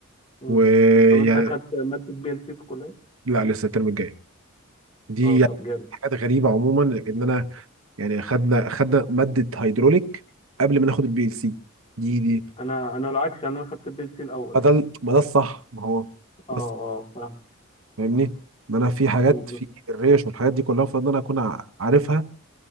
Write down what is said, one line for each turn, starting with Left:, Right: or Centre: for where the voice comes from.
Left: مم.
Right: ويعني
Left: طب أنت أخدت مادة بي ال سي في الكلية؟
Right: لا لسه الترم الجاي دي
Left: أه طب
Right: يعني
Left: جامد
Right: حاجات غريبه عموما ان انا يعني خدنا خدنا ماده هيدروليك قبل ما ناخد البي ال سي دي دي
Left: أنا أنا العكس يعني أنا أخدت بي ال سي الأول
Right: ما
Left: يعني
Right: ده ما ده الصح ما هو
Left: أه أه
Right: بس
Left: فاهم
Right: فاهمني ان انا في حاجات
Left: مم،
Right: في
Left: مم،
Right: الريش والحاجات دي كلها المفروض ان انا اكون ع- عارفها